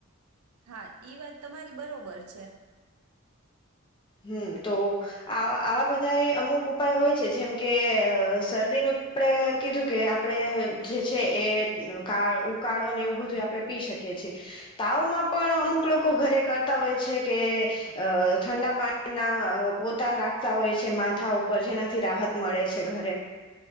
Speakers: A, on the right; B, on the left.
A: હા ઈ વાત તમારી બરોબર છે.
B: હમ્મ તો આ આવા બધા એ અમુક ઉપાય હોય. છે જેમ કે અ શરદીનું આપણે કીધું કે આપણે જે છે, એ કા ઉકાળો ને એવું બધું આપણે પી શકીએ છીએ. તાવમાં પણ અમુક લોકો ઘરે કરતા હોય છે કે ઠંડા પાણી ના પોતા લખતા હોય છે. માથા ઉપર જેનાથી રાહત મળે છે, ઘરે